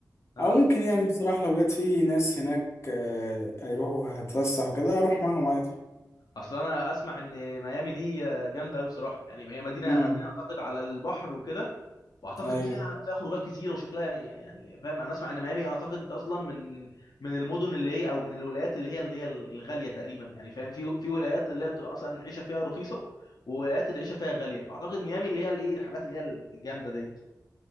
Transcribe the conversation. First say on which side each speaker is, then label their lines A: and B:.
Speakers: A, on the left; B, on the left.
A: اه.
B: او ممكن يعني بصراحه لو لقيت في ناس هناك آه، هيروحوا هتفسح وكده اروح معاهم عادي
A: اصل انا اسمع ان ميامي دي جامده قوي بصراحه يعني هي مدينه
B: امم
A: مدينه اعتقد على البحر وكده واعتقد
B: ايوه
A: فيها فيها خروجات كتيره وشكلها يعني يعني فاهم انا اسمع ان ميامي اعتقد اصلا من من المدن اللي هي او من الولايات اللي هي اللي هي الغاليه تقريبا يعني فاهم في في ولايات اللي هي بتبقى مثلا العيشه فيها رخيصه وولايات اللي العيشه فيها غاليه اعتقد ميامي اللي هي الايه الحاجات اللي هي الجامده ديت